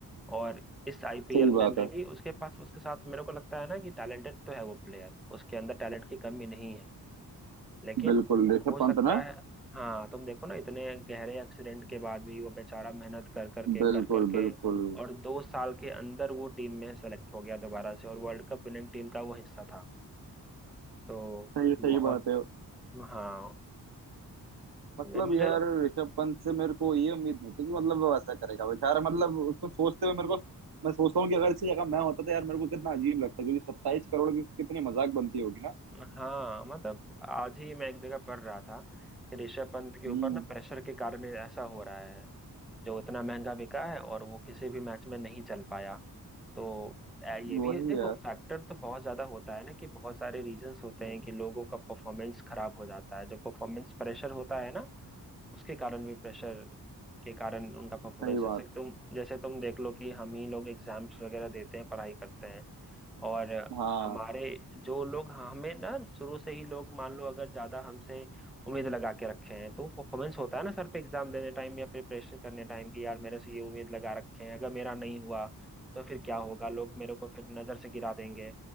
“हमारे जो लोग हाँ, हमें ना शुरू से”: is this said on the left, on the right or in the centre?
Centre